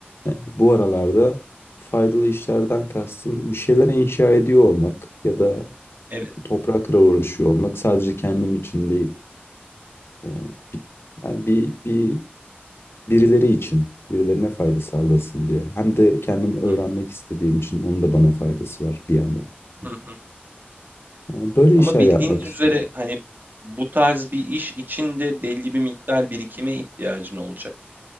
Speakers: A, on the left; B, on the right.
A: e, bu aralarda faydalı işlerden kastım bir şeyler inşa ediyor olmak ya da
B: evet.
A: toprakla uğraşıyor olmak sadece kendim için değil. E, bi- Yani bir, bir birileri için, birilerine fayda sağlasın diye. Hem de kendim öğrenmek
B: Hı hı,
A: istediğim için onun da bana faydası var bir yandan.
B: hı hı.
A: E, Böyle
B: Ama
A: işler
B: bildiğiniz
A: yapmak istiyorum.
B: üzere hani bu tarz bir iş içinde belli bir miktar birikime ihtiyacın olacak.